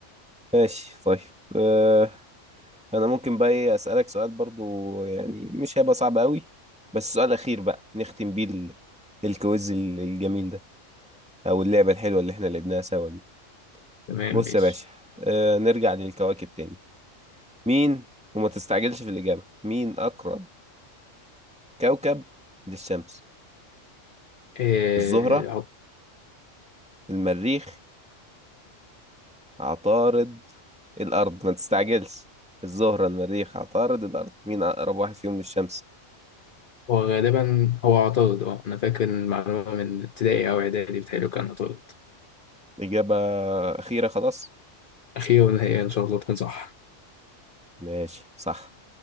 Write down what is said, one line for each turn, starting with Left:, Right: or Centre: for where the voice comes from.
Centre: ماشي طيب آه، أنا ممكن بقى إيه أسألك سؤال برضو يعني مش هيبقى صعب قوي بس سؤال أخير بقى نختم بيه ال- الكويز ال- الجميل ده أو اللعبة الحلوة اللي إحنا لعبناها سوا دي
Left: تمام
Centre: بص
Left: ماشي
Centre: يا باشا آه، نرجع للكواكب تاني مين وما تستعجلش في الإجابة مين أقرب كوكب للشمس
Left: إيه
Centre: الزهرة
Left: عط-
Centre: المريخ عطارد الأرض ما تستعجلش الزهرة المريخ عطارد الأرض مين أقرب واحد فيهم للشمس
Left: هو غالبا هو عطارد اه أنا فاكر المعلومة من ابتدائي أو إعدادي بتهيألي كان عطارد
Centre: إجابة أخيرة خلاص
Left: أخيرا هي إن شاء الله تكون صح
Centre: ماشي صح